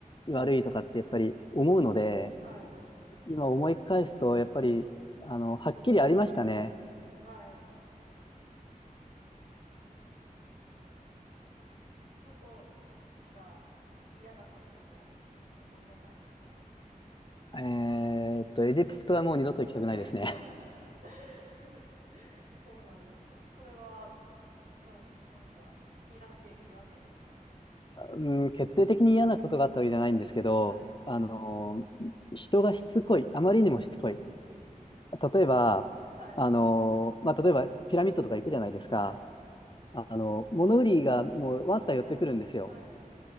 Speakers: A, on the left; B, on the right.
A: い、悪いとかってやっぱり思うので、
B: はい。
A: 今思い返すと、やっぱり、あの、はっきりありましたね。
B: はい。とこが嫌だったとかも思い出されますか
A: えーっと、エジプトはもう二度と行きたくないですね。
B: <laughs> そうなんですね。それは、なん、なんか嫌な経験があったんですか
A: <laughs> うん、決定的に嫌なことがあったわけじゃないんですけど、
B: はい。
A: あの、人がしつこい。あまりにもしつこい。例えば、
B: はい。
A: あの、まあ、例えばピラミッドとか行くじゃないですか。
B: はい。
A: あの、物売りがもうわずか寄ってくるんですよ。
B: ええ。はい。